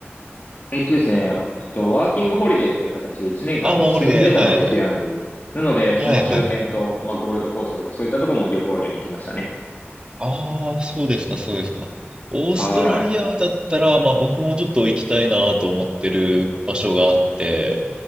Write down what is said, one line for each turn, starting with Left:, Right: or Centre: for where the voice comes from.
Left: えっとですね、えっと、ワーキングホリデーという形で1年間住んでたので、
Right: あ、マオリで、はいはい。
Left: ケアンズに。なので、その周辺と、
Right: はいはいはい。
Left: まあ、ゴールドコーストとかそういったところも旅行には行きましたね。
Right: ああ、そうですか、そうですか。オーストラリアだったら、
Left: はい。
Right: まあ僕もちょっと行きたいなと思ってる場所があって、